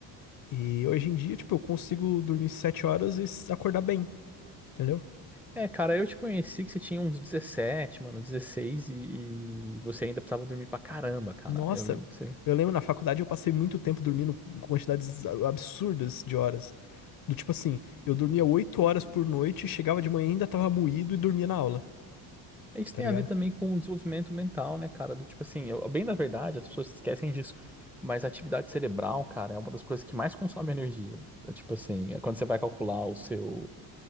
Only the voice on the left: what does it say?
E hoje em dia, tipo, eu consigo dormir 7 horas e s- acordar bem, entendeu?
Nossa,
eu lembro na faculdade eu passei muito tempo dormindo com quantidades a- absurdas de horas. Do tipo assim, eu dormia 8 horas por noite, chegava de manhã e ainda tava moído e dormia na aula,
tá
ligado?